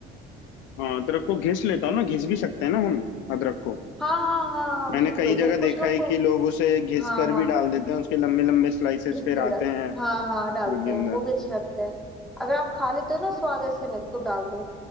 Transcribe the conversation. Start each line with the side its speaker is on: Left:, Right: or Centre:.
Left: हाँ अदरक को घिस लेता हूँ ना घिस भी सकते हैं ना हम अदरक को
Centre: हाँ हाँ हाँ हाँ
Left: मैंने
Centre: घिस
Left: कई
Centre: लो
Left: जगह
Centre: जाए
Left: देखा
Centre: कुछ लोग
Left: है
Centre: को
Left: कि लोग उसे घिस
Centre: हाँ
Left: कर
Centre: हाँ
Left: भी डाल देते हैं उसके लंबे लंबे स्लाइसेस
Centre: घिस
Left: फिर
Centre: के
Left: आते
Centre: भी डाल
Left: हैं
Centre: हाँ हाँ
Left: फूड
Centre: डालते
Left: के
Centre: हैं
Left: अंदर
Centre: वो भी अच्छे लगते हैं अगर आप खा लेते हो ना स्वाद ऐसे में तो डाल दो